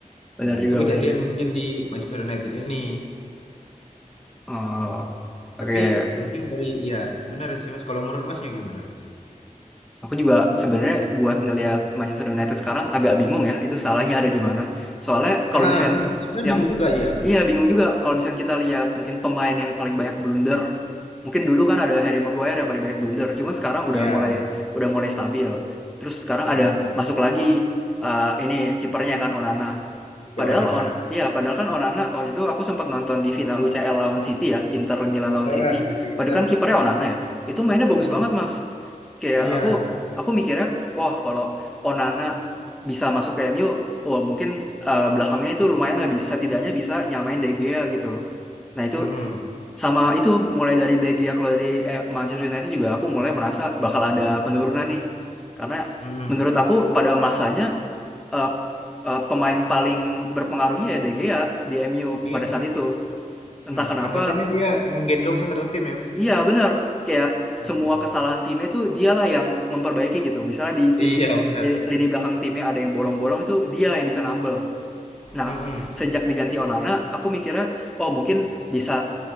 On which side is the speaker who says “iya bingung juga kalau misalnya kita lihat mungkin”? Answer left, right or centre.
Centre